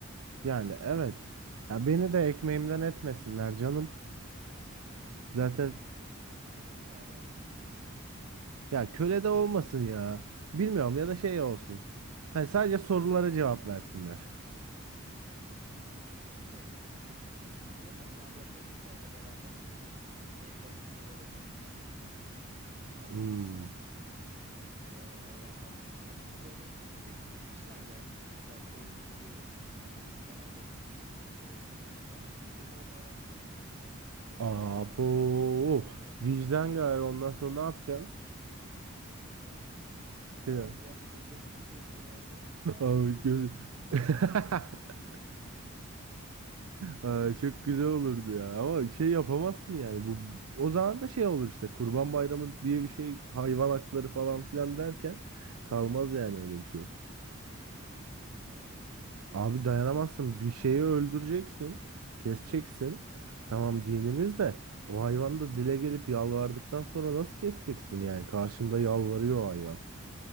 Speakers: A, on the right (about 85°); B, on the right (about 30°).
A: Yani evet. Ya beni de ekmeğimden etmesinler canım. Zaten
B: Biraz köle, köle gibi hayvan mı olsun. <laughs>
A: ya köle de olmasın ya. Bilmiyorum ya da şey olsun. Hani sadece sorulara cevap versinler.
B: Ha, şey. Bunu yapalım mı abi yapay zeka ile beraber? şeylerin içine böyle bir çip a-
A: Hmm.
B: o- e, hayvanların tatlı da olur. Şey düşünsene bir de e, mesela koyun kuzu işte ne bileyim danadır, e, keçidir falan Kurban Bayramı'nda konuştuklarını. Allah!
A: Abo.
B: <laughs>
A: Vicdan gari ondan sonra ne yapacaksın?
B: Ulan Kesemem de değil mi?
A: <laughs>
B: Abi yapma gözünü seveyim abi. Abi
A: Abi
B: benim çoluğum
A: gözü.
B: çocuğum var.
A: <laughs>
B: <laughs>
A: Aa, çok güzel olurdu ya ama şey yapamazsın yani bu o zaman da şey olur işte Kurban Bayramı diye bir şey hayvan hakları falan filan derken kalmaz yani öyle bir şey.
B: Dayanamazsın değil mi bir yerde?
A: Abi dayanamazsın bir şeyi öldüreceksin keseceksin tamam dinimiz de o hayvan da dile gelip yalvardıktan sonra nasıl keseceksin yani karşında yalvarıyor o hayvan.